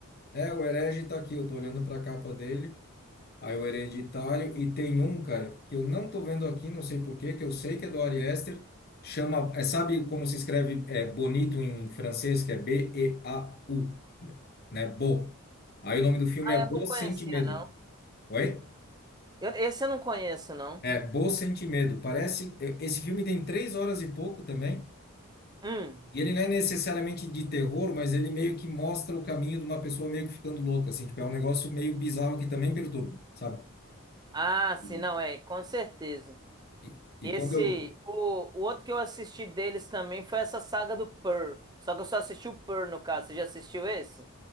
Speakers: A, on the left; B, on the right.
A: É, o Herege tá aqui, eu tô olhando pra capa dele. Aí o Hereditário. E tem um, cara, que eu não tô vendo aqui, não sei por quê, que eu sei que é do Ari Aster. Chama, é, sabe como se escreve é, bonito em francês, que é B-E-A-U, né? Bo. Aí o nome do filme é
B: Eu
A: Bo
B: não conhecia,
A: Sente Medo.
B: não.
A: Oi?
B: Eu- esse eu não conheço, não.
A: É, Bo Sente Medo. Parece. é, Esse filme tem três horas e pouco também.
B: Hum.
A: E ele não é necessariamente de terror, mas ele meio que mostra o caminho de uma pessoa meio que ficando louca, assim. Tipo, é um negócio meio bizarro que também perturba, sabe?
B: Ah, sim,
A: E,
B: não, é, com certeza.
A: e, e
B: Esse,
A: quando eu,
B: o, o outro que eu assisti deles também foi essa saga do Pearl. Só que eu só assisti o Pearl, no caso. Você já assistiu esse?